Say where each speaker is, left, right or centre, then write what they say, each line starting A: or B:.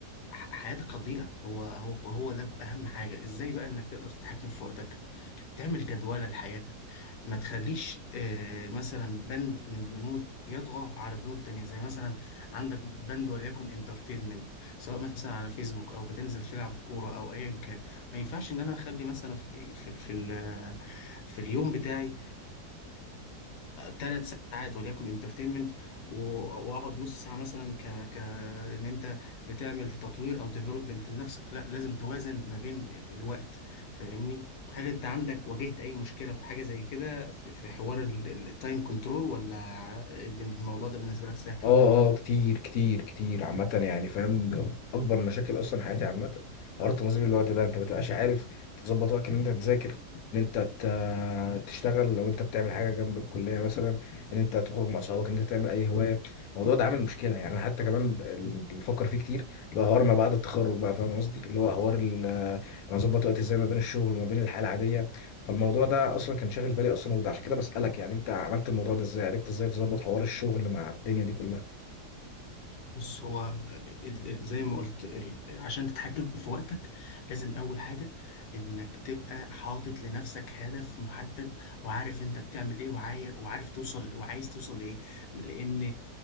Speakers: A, on the left; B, on the left.
A: ح- حياتك هتضيع هو هو هو ده اهم حاجه ازاي بقى انك تقدر تتحكم في وقتك تعمل جدولة لحياتك ما تخليش آه، مثلا بند من البنود يطغى على بنود تانية زي مثلا عندك بند وليكن انترتينمنت سواء مثلا على فيسبوك او بتنزل تلعب كورة او ايا كان ما ينفعش ان انا اخلي مثلا في في في, ال- في اليوم بتاعي ثلاث ساعات وليكن انترتينمنت واقعد نص ساعة مثلا ك ك ان انت بتعمل تطوير او ديفلوبمنت لنفسك لا لازم توازن ما بين الوقت فاهمني هل انت عندك واجهت اي مشكلة في حاجة زي كده في في حوار التايم كنترول ولا الموضوع ده بالنسبة لك سهل؟
B: اه اه كتير كتير كتير عامة يعني فاهم ده أكبر مشاكل أصلا حياتي عامة حوار تنظيم الوقت ده أنت ما بتبقاش عارف تظبط وقتك إن أنت تذاكر إن أنت ت- تشتغل لو أنت بتعمل حاجة جنب الكلية مثلا إن أنت تخرج مع أصحابك إن أنت تعمل أي هواية الموضوع ده عامل مشكلة يعني أنا حتى كمان اللي بفكر فيه كتير اللي هو حوار ما بعد التخرج بقى فاهم قصدي اللي هو حوار ال- أنا أظبط وقتي إزاي ما بين الشغل وما بين الحياة العادية فالموضوع ده أصلا كان شاغل بالي أصلا وده عشان كده بسألك يعني أنت عملت الموضوع ده إزاي عرفت إزاي تظبط حوار الشغل مع الدنيا دي كلها
A: بص هو ال- ال- زي ما قلت ال- عشان تتحكم في وقتك لازم أول حاجة إنك تبقى حاطط لنفسك هدف محدد وعارف أنت بتعمل إيه وعاير وعارف توصل وعايز توصل لإيه لأن